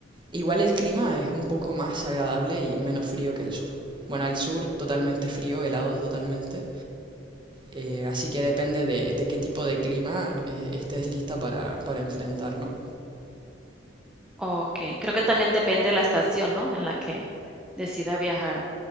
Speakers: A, on the right; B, in the centre.
A: igual el clima es un poco más agradable y menos frío que el sur. Bueno, el sur totalmente frío, helado totalmente. Eh, así que depende de, de qué tipo de clima eh, estés lista para, para enfrentar, ¿no?
B: Okey, creo que también depende de la estación, ¿no?, en la que decida viajar.